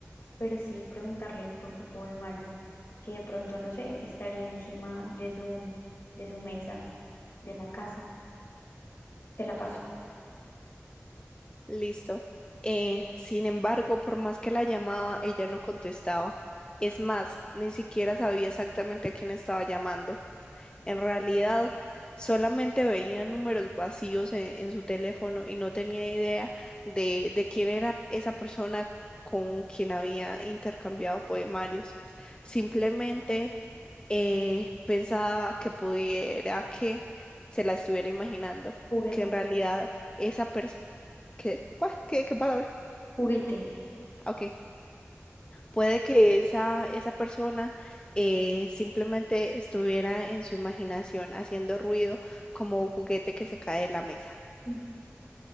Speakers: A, on the left (about 60°); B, on the left (about 20°).
A: pero sí preguntarle por su poemario, que de pronto, no sé, estaría encima de su, de su mesa, de la casa. Te la paso.
B: listo. Eh, sin embargo, por más que la llamaba, ella no contestaba. Es más, ni siquiera sabía exactamente a quién estaba llamando. En realidad, solamente veía números vacíos en, en su teléfono y no tenía idea de, de quién era esa persona con quien había intercambiado poemarios. Simplemente eh, pensaba que pudiera que se la estuviera imaginando,
A: Juguete,
B: que en realidad esa persona... ¿Qué? ¿Cuál? ¿Qué, qué palabra?
A: juguete.
B: Ah, Ok. Puede que esa, esa persona eh, simplemente estuviera en su imaginación haciendo ruido como juguete que se cae de la mesa.
A: Mm.